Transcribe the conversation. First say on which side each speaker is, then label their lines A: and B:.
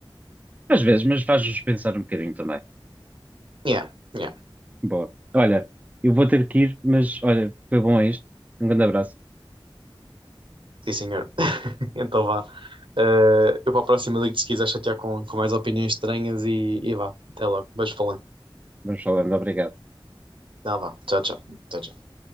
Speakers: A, on the right (about 15°); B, on the right (about 65°).
A: às vezes, mas faz-nos pensar um bocadinho também.
B: Yeah, yeah,
A: Boa. Olha, eu vou ter que ir, mas olha, foi bom isto. Um grande abraço.
B: sim senhor. <laughs> Então vá. Uh, eu para a próxima ligo-te se quiser chatear com, com mais opiniões estranhas e, e vá, até logo. Beijo falando.
A: Vamos falando. Obrigado.
B: Não, vá, tchau, tchau. Tchau, tchau.